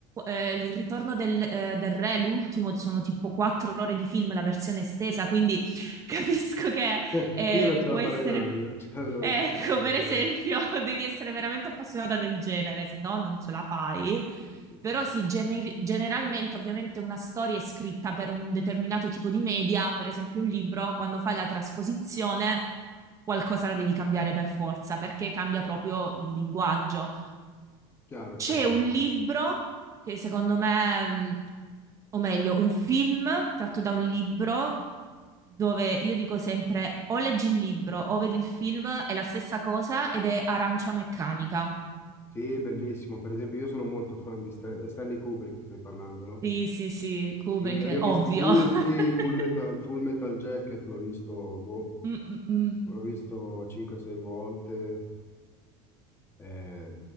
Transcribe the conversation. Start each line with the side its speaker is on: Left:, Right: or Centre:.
Right: eh, il ritorno del, eh, del re, l'ultimo, sono tipo quattro ore di film, la versione estesa, quindi... <laughs> Capisco che
Left: Eh,
Right: eh,
Left: Io non ce
Right: può
Left: la
Right: essere,
Left: farei mai, io non ce la- non-
Right: ecco,
Left: non ce la-
Right: per
Left: vabbè,
Right: esempio, <laughs> devi essere veramente appassionata del genere, se no non ce la fai.
Left: sì.
Right: Però
Left: sì.
Right: sì, gener- generalmente ovviamente una storia è scritta per un determinato tipo di media, per esempio un libro, quando fai la trasposizione qualcosa la devi cambiare per forza, perché cambia proprio il linguaggio.
Left: Chiaro,
Right: C'è
Left: chiaro.
Right: un
Left: dico.
Right: libro che secondo me, mh, o meglio, un film tratto da un libro dove io dico sempre o leggi il libro o vedi il film, è la stessa cosa ed è Arancia Meccanica.
Left: Sì, bellissimo. Per esempio, io sono molto fan di Stan- eh, Stanley Kubrick, stai parlando, no?
Right: Sì, sì, sì, Kubrick,
Left: Sì, io li ho
Right: ovvio.
Left: visti tutti,
Right: <laughs>
Left: Full Metal, Full Metal Jacket l'ho visto, boh,
Right: Mm, mm, mm.
Left: l'ho visto 5-6 volte. Eh,